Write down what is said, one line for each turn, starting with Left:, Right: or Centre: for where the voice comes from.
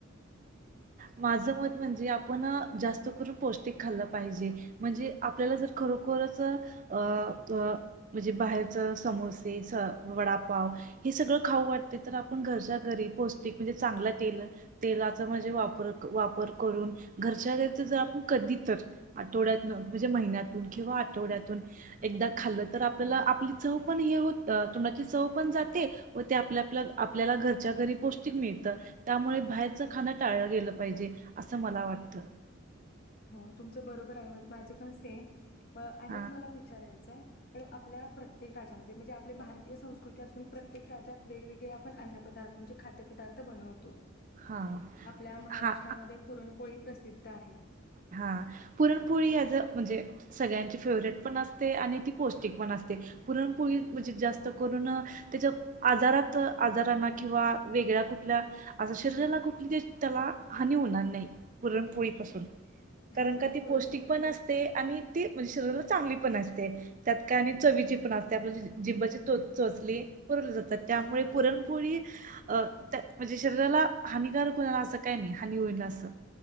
Right: माझं मत म्हणजे आपण जास्त करून पौष्टिक खाल्लं पाहिजे म्हणजे आपल्याला जर खरोखरच अ अ म्हणजे बाहेरच समोसे स वडापाव हे सगळं खाऊ वाटतय तर आपण घरच्या घरी पौष्टिक म्हणजे चांगलं तेल तेलाच म्हजे वापर वापर करून घरच्या घरी कधीतर आठवड्यतन म्हणजे महिण्यातून किंवा आठवड्यतून एकदा खाल्लं
Left: हा
Right: तर आपल्याला आप आपली चव पण हे होत तोंडाची चव पण जाते व ते आपल्या आपल्याला घरच्या घरी पौष्टिक मिळत त्यामुळे बाहेरचं खाण टाळलं गेलं पाहिजे असं मला वाटत
Left: हो तुमचं बरोबर आहे मत माझं पण सेम म अनेक
Right: हां
Left: मला विचाराय च पण आपल्या प्रत्येक राज्या म्हणजे म्हणजे, आपली भारतीय संस्कृती असून प्रत्येक राज्यात वेगवेगळे आपण अन्न पदार्थ म्हणजे खाद्य पदार्थ बनवतो.
Right: हां
Left: आपल्या महाराष्ट्रामध्ये
Right: हां
Left: पुरणपोळी प्रसिद्ध आहे.
Right: हा पुरणपोळी याज अ म्हणजे, सगळ्यांची फेवरेट पण असते आणि ती पौष्टिक पण असते. पुरणपोळी म्हणजे, जास्त करून त्याच्या आजारात, आजारांना किंवा वेगळ्या कुठल्या शरीराला कुठली त्याला हानी होणार नाही‌. पुरणपोळीपासून कारण
Left: हां म्हणजे
Right: का ती
Left: पुरणपोळी
Right: पौष्टिक पण असते आणि ती म्हणजे, शरीराला चांगली. पण असते त्यात का आणि चवीची
Left: हो.
Right: पण असते आप जिं्बाचे तो चोचले <unintelligible> तर त्यामुळे
Left: हां.
Right: पुरणपोळी अ त्या म्हणजे, शरीराला हानिकारक होणारा असं काही नाही, हानी होईल असं.